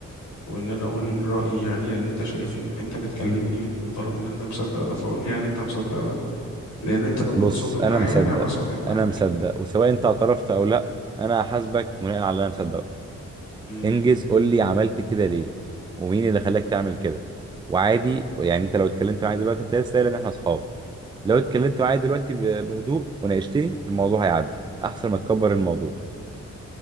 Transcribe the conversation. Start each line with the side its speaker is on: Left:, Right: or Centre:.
Left: وان انا اقول رايي يعني لان انت شايف ان انت بتكلمني من منطلق ان انت مصدق ده فاقول لي هل انت مصدق ده لان انت لو كنت
Right: بص
Left: صادق معايا
Right: انا مصدق
Left: انا هبقى صادق معاك
Right: انا مصدق وسواء انت اعترفت او لا انا هحاسبك بناء على اللي انا مصدقه
Left: امم
Right: انجز قول لي عملت كده ليه ومين اللي خلاك تعمل كده وعادي يعني انت لو اتكلمت معايا دلوقتي انت لسه قايل ان احنا اصحاب لو اتكلمت معايا دلوقتي ب- بهدوء وناقشتني الموضوع هيعدي احسن ما تكبر الموضوع